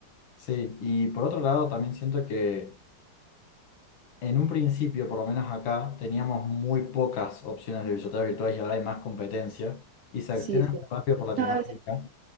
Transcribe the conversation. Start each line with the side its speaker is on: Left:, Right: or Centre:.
Left: sí, y por otro lado también siento que en un principio, por lo menos acá, teníamos muy pocas opciones de billeteras virtuales y ahora hay más competencia y se
Right: Sí,
Left: extienden
Right: es cierto.
Left: muy rápido por Latinoamérica.
Right: Cada vez